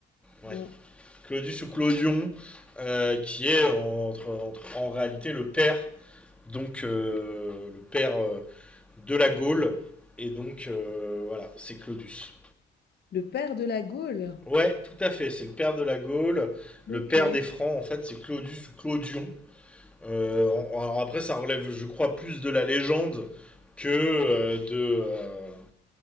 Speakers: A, in the centre; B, on the left (about 55°).
A: ouais.
B: Bon,
A: Claudius ou Clodion, euh, qui est entre, entre- en réalité le père, donc euh, le père euh, de la Gaule. Et donc, euh, voilà, c'est Claudius.
B: le père de la Gaule.
A: Ouais, tout à fait. C'est le père de la Gaule, le
B: OK,
A: père des Francs, en fait, c'est Claudius ou Claudion. Euh, en- alors après, ça relève, je crois, plus de la légende que euh, de, euh,